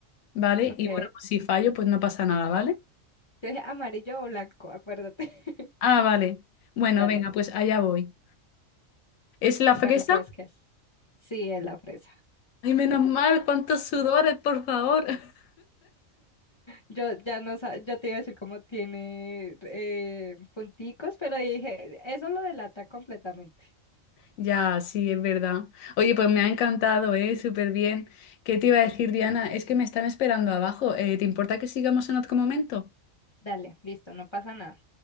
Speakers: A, on the left; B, on the left.
A: ¿vale?
B: Ok.
A: Y bueno, pues si fallo, pues no pasa nada, ¿vale?
B: Yo dije amarillo o blanco, acuérdate.
A: Ah, vale. Bueno,
B: <laughs> Dale,
A: venga, pues allá voy. ¿Es la
B: ¿cuál
A: fresa?
B: crees que es? Sí, es la fresa.
A: Ay, menos mal, cuántos sudores, por favor. <laughs>
B: Yo ya no sa- yo te iba a decir cómo tiene eh, punticos, pero dije, eso lo delata completamente.
A: Ya, sí, es verdad. Oye, pues me ha encantado, ¿eh? Súper bien. ¿Qué te iba a decir, Diana? Es que me están esperando abajo. Eh, ¿te importa que sigamos en otro momento?
B: Dale, listo, no pasa nada.